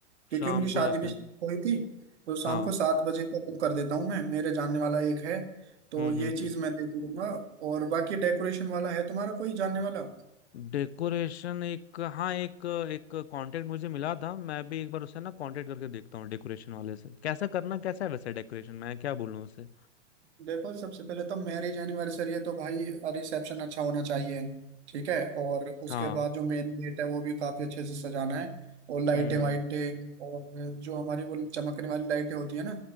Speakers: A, on the right; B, on the left.
A: क्योंकि
B: शाम
A: उनकी शादी
B: को रखेंगे
A: भी हुई थी तो
B: हाँ
A: शाम को सात बजे का बुक कर देता हूँ मैं मेरे जानने वाला एक है तो
B: हम्म हम्म
A: ये चीज
B: हम्म
A: मैं देख लूंगा और बाकी डेकोरेशन वाला है तुम्हारा कोई जानने वाला
B: डेकोरेशन एक हाँ एक एक कांटेक्ट मुझे मिला था मैं भी एक बार उससे ना कांटेक्ट करके देखता हूँ डेकोरेशन वाले से कैसा करना कैसा है वैसे डेकोरेशन मैं क्या बोलूँ उससे
A: देखो सबसे पहले तो मैरिज एनिवर्सरी है तो भाई रिसेप्शन अच्छा होना चाहिए ठीक है और उसके
B: हाँ
A: बाद जो मेन गेट है वो भी काफी अच्छे से सजाना है और लाइटें
B: हम्म
A: वाइटें और जो हमारी वो चमकने वाली लाइटें होती है ना